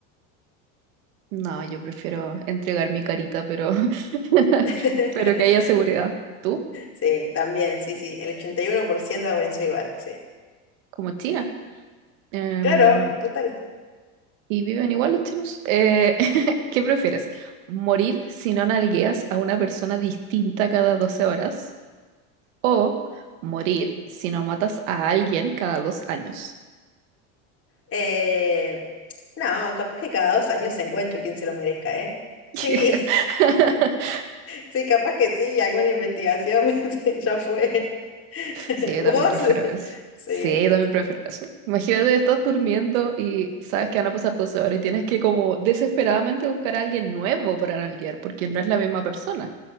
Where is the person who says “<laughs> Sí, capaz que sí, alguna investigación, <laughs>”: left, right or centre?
Left